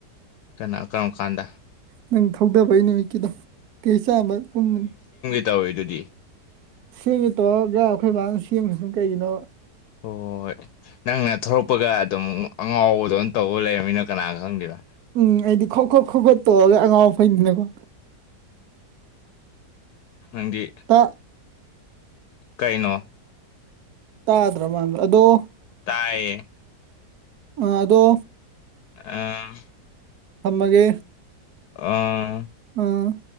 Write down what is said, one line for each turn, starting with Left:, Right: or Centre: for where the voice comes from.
Left: ꯀꯅꯥ ꯀ ꯀꯥꯟꯗ
Right: ꯅꯪ ꯊꯧꯗꯕꯩ ꯅꯨꯃꯤꯠꯀꯤꯗꯣ ꯀꯩ ꯆꯥꯝꯃ ꯄꯨꯝꯕ
Left: ꯇꯧꯋꯤ ꯑꯗꯨꯗꯤ
Right: ꯁꯦꯝꯃꯤꯠꯇꯣ ꯌꯥꯏ ꯑꯩꯈꯣꯏ ꯕꯥꯅ ꯁꯦꯝꯕꯁꯅ ꯀꯩꯒꯤꯅꯣ
Left: ꯍꯣꯏ ꯅꯪꯅ ꯊꯂꯛꯄꯒ ꯑꯗꯨꯝ ꯑꯉꯥꯎꯕꯗ ꯇꯧꯕ ꯂꯩꯔꯕꯃꯤꯅ ꯀꯅꯥꯅ ꯈꯪꯗꯦꯗ
Right: ꯎꯝ ꯑꯩꯗꯤ ꯈꯣ ꯈꯣꯣꯛ ꯈ ꯈꯣꯠ ꯇꯣꯛꯑꯒ ꯑꯉꯥꯎꯕ ꯐꯩꯗꯅꯀꯣ
Left: ꯅꯪꯗꯤ
Right: ꯇꯥ
Left: ꯀꯩꯅꯣ
Right: ꯇꯥꯗ꯭ꯔꯃꯥꯟ꯭ꯔꯣ ꯑꯗꯨꯗꯣ
Left: ꯇꯌꯦ
Right: ꯑ ꯑꯗꯣ
Left: ꯑ
Right: ꯅꯃꯒ
Left: ꯑ
Right: ꯑꯝ